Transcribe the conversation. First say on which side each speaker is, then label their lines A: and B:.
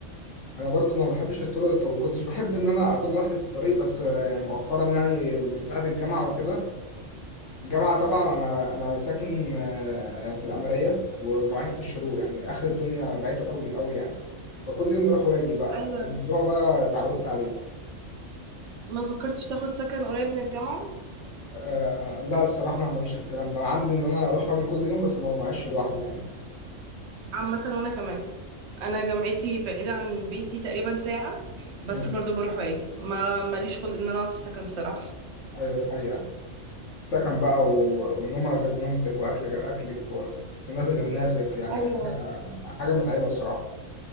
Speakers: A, on the left (about 65°); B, on the right (about 65°).
A: انا برضو ما بحبش الطرق الطو... كنتش بحب ان انا اكون لوحدي في الطريق بس آه، مؤخرا يعني من ساعه الجامعه وكده الجامعه طبعا انا انا ساكن آه، في القمريه وجامعتي في الشروق يعني اخر الدنيا بعيد قوي قوي يعني فكل يوم بروح واجي بقى
B: ايوه
A: فالموضوع بقى اتعودت عليه
B: ما فكرتش تاخد سكن قريب من الجامعه
A: آه لا الصراحة أنا ماليش في الكلام ده أنا عندي إن أنا أروح وأجي كل يوم بس ما معيش لوحدي يعني
B: عامه وانا كمان انا جامعتي بعيده عن بيتي تقريبا ساعه بس
A: مم.
B: برضو بروح واجي ما ماليش خلق ان انا اقعد في سكن الصراحه
A: أيوة دي حقيقة سكن بقى و... ونومة غير نومتك وأكل غير أكلك و... وناس غير ناسك يعني
B: ايوه
A: حاجة حاجة متعبة الصراحة